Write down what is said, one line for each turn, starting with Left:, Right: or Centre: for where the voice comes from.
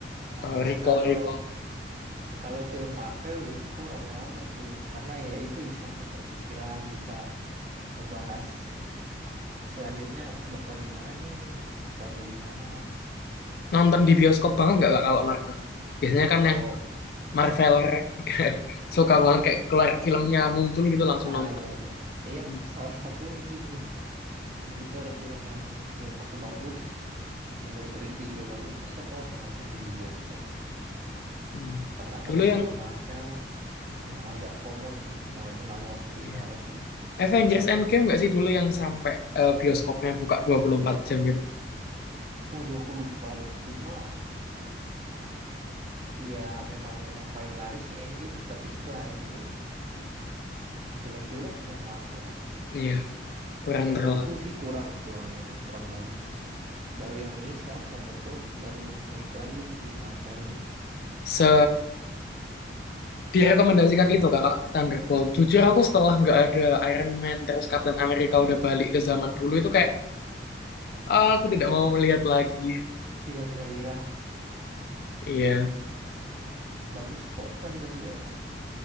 Left: Atau
Right: Nah,
Left: recall-recall.
Right: kalau kalau film Marvel biasa aku rame-rame tuh, karena ya itu bisa tukar pikiran, bisa ngebahas selanjutnya bakal gimana nih, bakal kayak gimana.
Left: Nonton di bioskop banget nggak Kak, kalau Marvel? Biasanya kan
Right: Kalau
Left: yang Marveler <laughs> suka banget kayak keluar filmnya muncul gitu langsung
Right: Ah
Left: nonton.
Right: iya iya. Iya
Left: Hmm,
Right: aku salah satunya sih kayaknya. Begitu ada film yang menurut aku bagus, menurut review juga bagus, pasti aku langsung nonton di bioskop.
Left: hmm.
Right: Karena
Left: Dulu
Right: kalau soal
Left: yang
Right: Marvel emang agak FOMO sih, nggak mau nggak mau ketinggalan.
Left: iya. Avengers Endgame nggak sih dulu yang sampai eh, bioskopnya buka 24 jam gitu?
Right: <laughs> Waduh aku lupa deh. Cuma ya memang yang paling laris sih Endgame. Tapi setelah Endgame jelek-jelek film Marvel ya.
Left: Iya, kurang
Right: Menurutku
Left: terlalu
Right: sih kurang kurang kurang bagus. Baru yang ini sekarang Thunderbolts baru naik lagi si Marvel ini.
Left: se direkomendasikan itu kakak Thunderbolt jujur aku setelah nggak ada Iron Man terus Captain America udah balik ke zaman dulu itu kayak "Ah, aku tidak mau melihat lagi
Right: Hilang gairah.
Left: iya
Right: Bagus kok Thunderbolts.